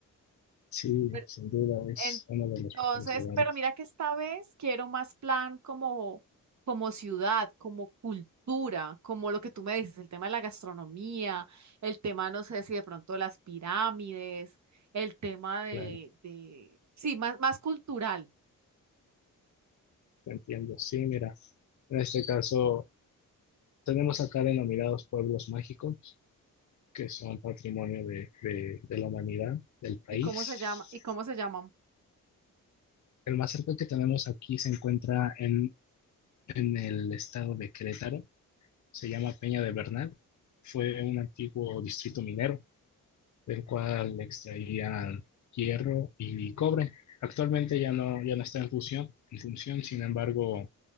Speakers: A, on the left; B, on the right.
A: sí,
B: Pero,
A: sin duda es
B: en-
A: uno de los
B: entonces,
A: mejores lugares,
B: pero mira que esta vez quiero más plan como, como ciudad, como cultura, como lo que tú me dices, el tema de la gastronomía, el tema, no sé si de pronto las pirámides, el tema de,
A: claro,
B: de, sí, más, más cultural.
A: te entiendo. Sí, mira, en este caso tenemos acá denominados pueblos mágicos, que son patrimonio de, de de la humanidad, del país.
B: ¿Y cómo se llama? ¿Y cómo se llaman?
A: El más cerca que tenemos aquí se encuentra en, en el estado de Querétaro, se llama Peña de Bernal, fue un antiguo distrito minero del cual extraían hierro y cobre. Actualmente ya no, ya no está en función, en función, sin embargo,